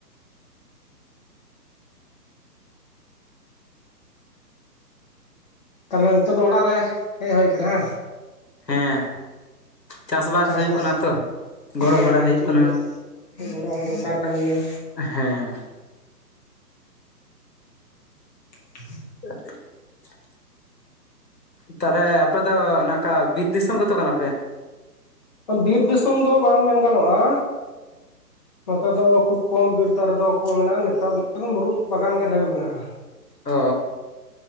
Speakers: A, on the left (about 25°); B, on the left (about 75°).
A: ᱛᱟᱦᱚᱞᱮ ᱱᱤᱛᱚᱜ ᱫᱚ ᱚᱲᱟᱜ ᱨᱮ ᱦᱮᱡ ᱦᱩᱭ ᱟᱠᱟᱱᱟ
B: ᱦᱮᱸ ᱪᱟᱥ ᱵᱟᱥ
A: ᱪᱟᱥᱵᱟᱥ
B: ᱦᱩᱭᱩᱜ ᱠᱟᱱᱟ ᱛᱚ
A: ᱦᱮᱸ
B: ᱜᱚᱲᱚ ᱵᱟᱲᱟ
A: ᱦᱤᱡᱩᱜ
B: ᱦᱩᱭᱩᱜ ᱠᱟᱱᱟ᱾
A: ᱦᱚᱸ ᱜᱚᱲᱚ ᱦᱚᱸ ᱫᱚᱨᱠᱟᱨ ᱠᱟᱱ ᱜᱮᱭᱟ᱾
B: ᱦᱮᱸ
A: <unintelligible>
B: <inaudible> ᱛᱟᱦᱚᱞᱮ ᱟᱯᱮ ᱫᱚ ᱱᱚᱝᱠᱟ ᱵᱤᱨ ᱫᱤᱥᱚᱢ ᱜᱮᱛᱚ ᱠᱟᱱᱟᱯᱮ
A: ᱵᱤᱨ ᱫᱤᱥᱚᱢ ᱫᱚ ᱵᱟᱝ ᱢᱮᱱ ᱜᱟᱱᱚᱜᱼᱟ᱾ ᱱᱚᱛᱮ ᱫᱚ ᱠᱷᱩᱵ ᱠᱚᱢ ᱵᱤᱨ ᱫᱟᱨᱮᱫᱚ ᱠᱚ ᱢᱮᱱᱟᱜᱼᱟ ᱱᱮᱛᱟᱨ ᱫᱚ ᱢᱩᱨᱩᱫᱽ ᱵᱟᱜᱟᱱ ᱜᱮ ᱰᱷᱮᱨ ᱢᱮᱱᱟᱜᱼᱟ᱾
B: ᱚᱻ